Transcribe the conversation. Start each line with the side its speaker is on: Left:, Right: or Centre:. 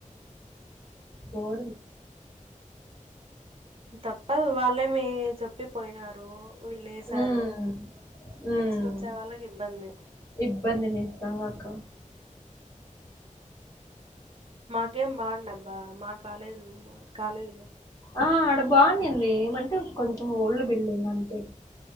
Left: కోర్
Right: తప్పదు వాళ్ళే మీ చెప్పిపోయినారు వీల్లేశారు
Left: ఉమ్ ఉమ్
Right: నెక్స్ట్ వచ్చే వాళ్ళకి ఇబ్బంది
Left: ఇబ్బంది నిస్సహాక
Right: మాకేం బాగుండబ్బా మా కాలేజు కాలేజులు
Left: ఆ ఆడ బాగునింది ఏమంటే కొంచెం ఓల్డ్ బిల్డింగ్ అంతే